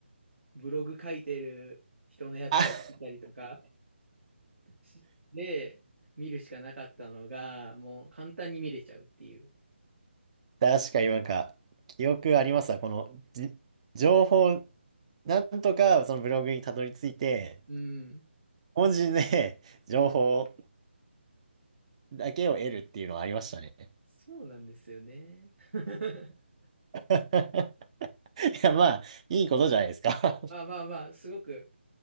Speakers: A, on the right; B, on the right.
A: ブログ書いてる人のやつを見たりとか
B: <laughs> あ、
A: しで、見るしかなかったのが、もう簡単に見れちゃうっていう。
B: 確かになんか、記憶ありますわ。この、じ、情報、なんとかそのブログにたどり着いて、
A: うん、
B: 文字で情報
A: うん。
B: だけを得るっていうのはありましたね。
A: そうなんですよね。<laughs>
B: <laughs> いや、まあ、いいことじゃないですか。
A: まあまあまあ、すごく